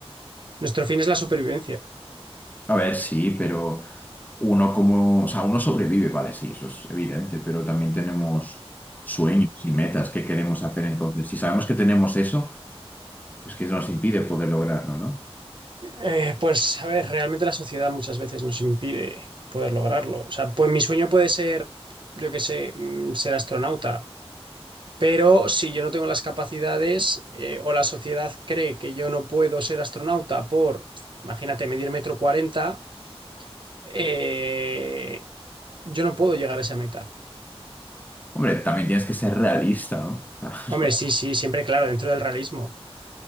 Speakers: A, on the right; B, on the left.
A: Nuestro fin es la supervivencia.
B: A ver, sí, pero uno como, o sea, uno sobrevive, vale, sí, eso es evidente, pero también tenemos sueños y metas que queremos hacer. Entonces, si sabemos que tenemos eso, pues que nos impide poder lograrlo, ¿no?
A: Eh, pues, a ver, realmente la sociedad muchas veces nos impide poder lograrlo. O sea, pues mi sueño puede ser, yo qué sé, mm, ser astronauta Pero si yo no tengo las capacidades eh, o la sociedad cree que yo no puedo ser astronauta por, imagínate, medir metro cuarenta, eh, yo no puedo llegar a esa meta.
B: Hombre, también tienes que ser realista, ¿no? <laughs> O sea,
A: Hombre, sí, sí, siempre claro, dentro del realismo.